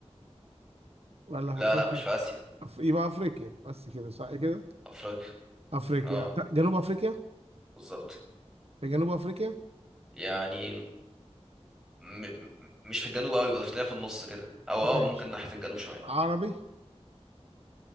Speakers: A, on the right (about 65°); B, in the centre.
A: ولا في
B: لا
A: افريقيا
B: لا مش في آسيا
A: أف- يبقى افريقيا بس كده صح كده
B: أفريقيا
A: افريقيا
B: اه
A: لا، جنوب افريقيا
B: بالظبط
A: في جنوب افريقيا
B: يعني م... م- مش في الجنوب قوي بس تلاقيها في النص كده أو اه
A: ماشي
B: ممكن ناحية الجنوب شوية
A: عربي